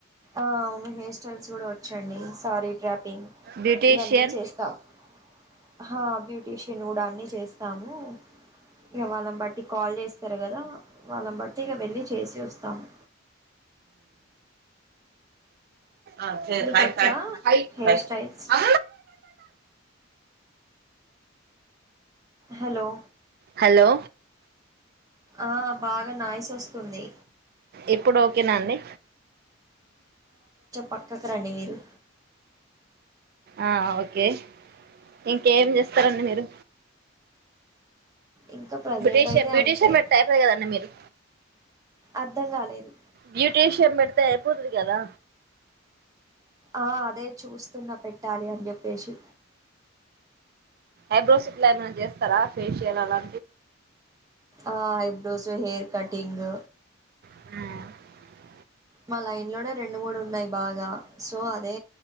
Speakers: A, on the right; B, on the right.
A: ఆవును హెయిర్ స్టైల్స్ గుడా వచ్చండి, సారీ డ్రాపింగ్
B: బ్యూటీషియన్
A: ఇవన్నీ. <unintelligible> హా బ్యూటీషియన్ ని గూడా అన్ని చేస్తాము, ఇహ వాళ్లని బట్టి కాల్ చేస్తరు కదా. వాళ్లనిబట్టీ ఇగ. వెల్లి చేసి వస్తాము.
B: అఓకే <unintelligible>
A: నీకొచ్చా
B: అ
A: హెయిర్ స్టైల్స్ హలో
B: హలో
A: ఆ బాగా నాయిస్ ఒస్తుంది.
B: ఇప్పుడు ఓకేనా అండి
A: పక్కకు రండి మీరు
B: ఆ ఓకే ఇంకేం చేస్తారండి మీరు?
A: ఇంకా ప్రజెంట్
B: బ్యుటీషియన్
A: అయితే
B: బ్యూటీషియన్
A: అంతే
B: పెడితే అయిపోయే కదండి మీరు.
A: అర్ధం గాలేదు.
B: బ్యూటీషియన్ పెడితే అయిపోతుది కదా.
A: ఆ అదే చూస్తున్న పెట్టాలి అని జెప్పేషి.
B: ఐబ్రోస్ ఇట్ల ఏమైనా చేస్తారా? ఫేషియల్ అలా
A: ఆ ఐబ్రోస్ హెయిర్ కటింగ్
B: ఆ
A: మా లైన్ లోనే రెండు మూడు ఉన్నాయి బాగా సో అదే